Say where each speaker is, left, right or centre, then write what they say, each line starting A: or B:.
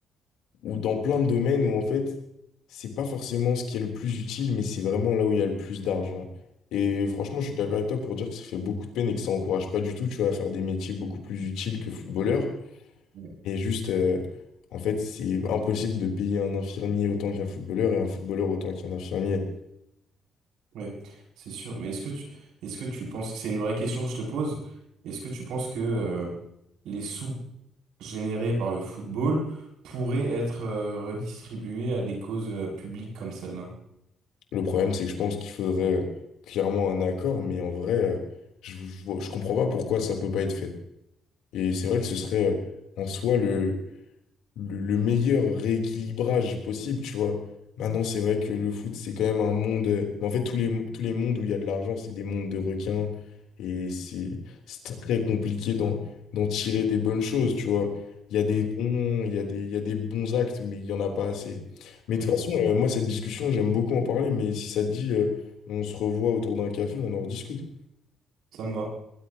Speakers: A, on the left (about 85°); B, on the right (about 85°).
A: ou dans plein de domaines où en fait, c'est pas forcément ce qui est le plus utile, mais c'est vraiment là où il y a le plus d'argent. Et franchement, je suis d'accord avec toi pour dire que ça fait beaucoup de peine et que ça encourage pas du tout, tu vois, à faire des métiers beaucoup plus utiles que footballeur.
B: Ouais,
A: Et juste, euh, en fait, c'est impossible de payer un infirmier autant qu'un footballeur et un footballeur autant qu'un infirmier.
B: Ouais, c'est sûr. Mais est-ce que tu, est-ce que tu penses, c'est une vraie question que je te pose, est-ce que tu penses que euh, les sous générés par le football pourraient être euh, redistribués à des causes euh, publiques comme celle-là?
A: Le problème, c'est que je pense qu'il faudrait euh, clairement un accord, mais en vrai, euh, je, je, vois- je comprends pas pourquoi ça peut pas être fait. Et c'est vrai que ce serait euh, en soi le, le, le meilleur rééquilibrage possible, tu vois. Maintenant, c'est vrai que le foot, c'est quand même un monde. euh, Mais en fait, tous les, tous les mondes où il y a de l'argent, c'est des mondes de requins. Et c'est c'est très compliqué d'en, d'en tirer des bonnes choses, tu vois. Il y a des
B: Mm,
A: dons, il y a des, il y a des bons actes, mais il n'y en a pas assez. Mais
B: mm,
A: de
B: mm.
A: toute façon, euh, moi, cette discussion, j'aime beaucoup en parler. Mais si ça te dit, euh, on se revoit autour d'un café, on en rediscute.
B: Ça me va.